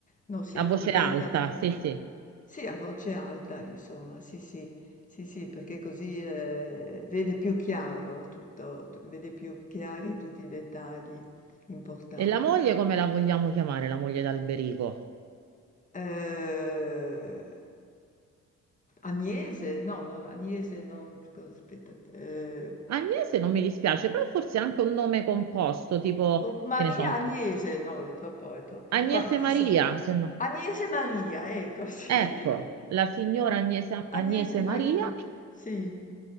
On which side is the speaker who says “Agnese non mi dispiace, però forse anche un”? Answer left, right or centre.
Right